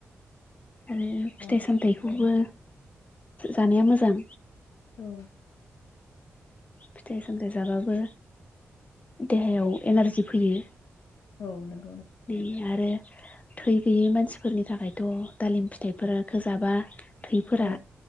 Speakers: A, on the left (about 30°); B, on the left (about 85°).
A: आरो फिथाइ
B: बा
A: सामथायाइखौबो जानाया मोजां।
B: औ।
A: फिथाइ सामथायाइ जाबाबो देहायाव एनारजि फैयो।
B: औ नों।
A: बेयो आरो थै गैयै मानसिफोरनि थाखायथ' दालिम फिथाइफोरा थोजाबा। थैफोरा।
B: औ